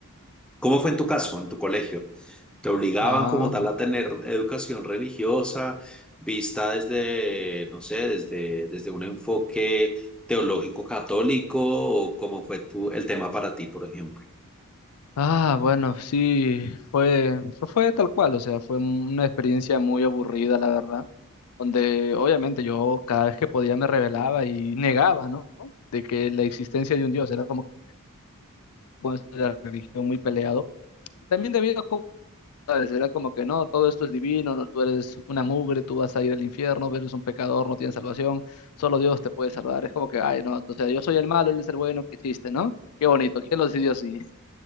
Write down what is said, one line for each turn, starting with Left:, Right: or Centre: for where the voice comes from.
Centre: ¿Cómo fue en tu caso, en tu colegio? ¿Te obligaban
Left: Ah,
Centre: como tal a tener educación religiosa vista desde, no sé, desde, desde un enfoque teológico católico o cómo fue tu, el tema para ti, por ejemplo?
Left: ah, bueno, sí, fue, fue fue tal cual, o sea, fue una experiencia muy aburrida, la verdad, donde obviamente yo cada vez que podía me rebelaba y negaba, ¿no? De que la existencia de un Dios era como que con eso de la religión muy peleado. Y también debido a Será como que no, todo esto es divino, no, tú eres una mugre, tú vas a ir al infierno, eres un pecador, no tienes salvación, solo Dios te puede salvar. Es como que, ay, no, o sea, yo soy el malo, él es el bueno, qué chiste ¿no? Qué bonito, ¿quién lo decidió así?